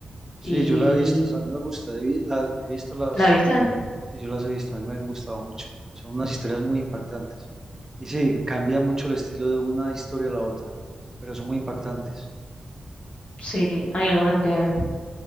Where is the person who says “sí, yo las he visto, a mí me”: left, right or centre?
Right